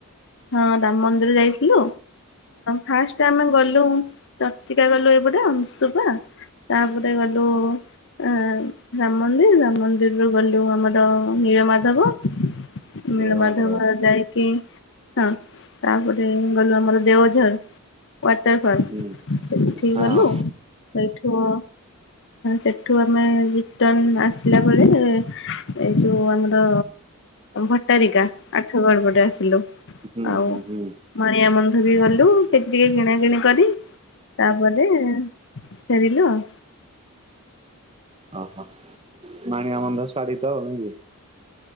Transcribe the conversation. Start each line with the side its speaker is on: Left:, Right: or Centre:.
Left: ହଁ ରାମ ମନ୍ଦିର ଯାଇଥିଲୁ ଫାଷ୍ଟ ଆମେ ଗଲୁ ଚର୍ଚିକା ଗଲୁ ଏଇପଟେ ଅଂଶୁପା ତାପରେ ଗଲୁ ଆ ରାମ ମନ୍ଦିର ରାମ ମନ୍ଦିରରୁୁ ଗଲୁ ଆମର ନୀଳମାଧବ ନୀଳମାଧମ
Right: ନୀଳମାଧବ।
Left: ଯାଇକି ହଁ ତାପରେ ଗଲୁ ଆମର ଦେଓଝର ୱାଟର୍ ଫଲ୍
Right: ହୁଁ
Left: ସେଇଠି
Right: ହଁ
Left: ଗଲୁ ସେଇଠୁ ସେଠୁ ଆମେ ରିଟର୍ଣ ଆସିଲା ବେଳେ ଏ ଯୋଉ ଆମର ଭଟାରିକା ଆଠ ଗଡ ପଟେ ଆସିଲୁ।
Right: ହୁଁ
Left: ଆଉ
Right: ହୁଁ ହୁଁ।
Left: ମାଣିଆ ବନ୍ଧ ବି ଗଲୁ ସେଠି ଟିକେ କିଣା କିିଣି କରି ତାପରେ ଫେରିଲୁ ଆଉ।
Right: ଓ ହୋ ମାଣିଆ ଵନ୍ଧ ସାଡ଼ି ତ <unintelligible>